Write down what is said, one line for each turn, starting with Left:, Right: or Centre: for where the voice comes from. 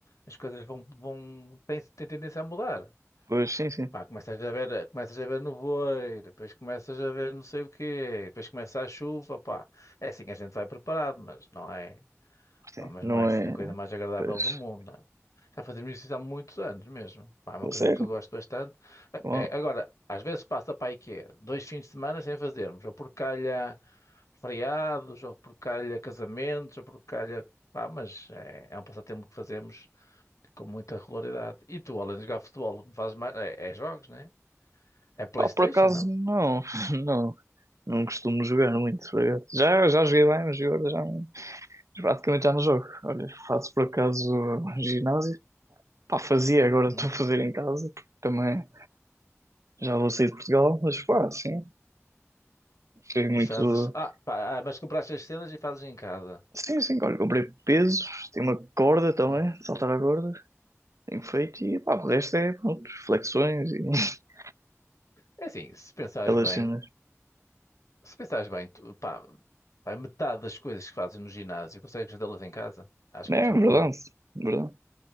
Left: as coisas vão, vão, têm, têm tendência a mudar.
Right: Pois sim, sim.
Left: Pá, começas a ver, começas a ver nevoeiro, depois começas a ver não sei o quê, depois começa a chuva, pá. É assim, a gente vai preparado, mas não é.
Right: Sim.
Left: Pá, mas
Right: Não
Left: não é assim
Right: é.
Left: a coisa mais agradável
Right: Pois.
Left: do mundo, nada. Já fazemos isso há muitos anos mesmo. Pá, é uma
Right: É
Left: coisa
Right: sério?
Left: que eu gosto bastante.
Right: Bom.
Left: É, é, agora, às vezes passa para aí que é dois fins de semana sem fazermos, ou por calha feriados, ou por calha casamentos, ou por calha. Pá, mas é, é um passatempo que fazemos com muita regularidade. E tu, além de jogar futebol, fazes mais. É, é jogos, né? É É PlayStation,
Right: Pá, por acaso
Left: não?
Right: não. <laughs> Não. Não costumo jogar muito. por acaso. Já, já joguei bem, mas agora já não- praticamente já não jogo. Olha, faço por acaso ginásio. Pá, fazia, agora
Left: Hum.
Right: estou a fazer em casa, porque também já vou sair de Portugal, mas pá, sim. Foi muito.
Left: Mas fazes. Ah, pá, ah, mas compraste as cenas e fazes em casa.
Right: Sim, sim, olha, comprei pesos, tem uma corda também,
Left: Hum.
Right: saltar a corda, tenho feito e pá, o resto é pronto, flexões e <laughs>
Left: É assim, se pensares
Right: aquelas
Left: bem.
Right: cenas.
Left: Se pensares bem, tu- pá, pá, metade das coisas que fazes no ginásio consegues fazê-las em casa. Acho
Right: É
Left: que é tranquilo.
Right: verdade, verdade.